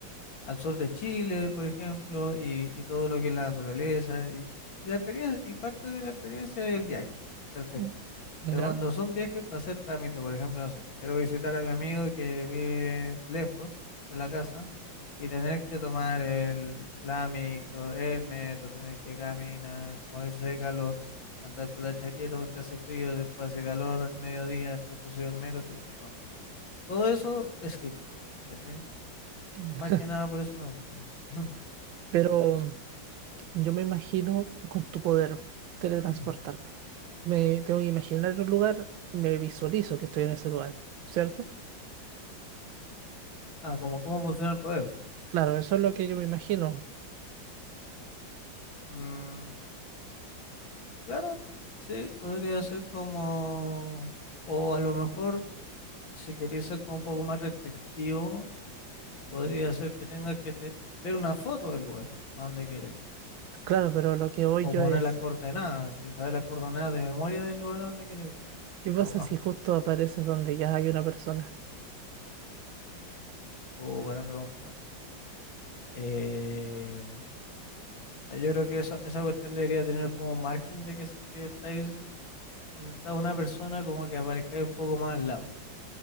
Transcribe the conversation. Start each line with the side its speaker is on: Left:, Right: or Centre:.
Left: al sur de Chile, por ejemplo, y, y todo lo que es la naturaleza. Y, y la experiencia, y parte de la experiencia es el viaje. Perfecto.
Right: Mm, ¿Ya?
Left: Pero cuando son viajes para hacer trámite, por ejemplo, no sé, quiero visitar a mi amigo que vive lejos de la casa y tener que tomar el, la micro, el metro, tener que caminar, morirse de calor, andar con la chaqueta porque hace frío, después hace calor al mediodía, después te subes al metro. te- No. Todo eso, skip, ¿cachai?
Right: <laughs>
Left: Más que nada por eso me gustaría. <laughs>
Right: Pero Yo me imagino con tu poder teletransportarme.
Left: <clears throat>
Right: Me tengo que imaginar un lugar y me visualizo que estoy en ese lugar, ¿cierto?
Left: Ah, ¿cómo cómo funciona el poder.
Right: Claro, eso es lo que yo me imagino.
Left: Mm, claro, sí, podría ser como, o a lo mejor, si queréis ser como un poco más restrictivo, podría ser que tengas que te- ver una foto del lugar a donde queréis,
Right: Claro, pero lo que voy
Left: o
Right: yo
Left: poner
Right: es,
Left: las coordenadas, si sabes las coordenadas de memoria del lugar a donde queréis.
Right: ¿qué pasa
Left: Ponga,
Right: si justo apareces donde ya hay una persona?
Left: oh, <laughs> buena pregunta. Eh, yo creo que esa, esa cuestión debería tener como margen de que si es que estáis donde está una persona, como que aparezcáis un poco más al lado,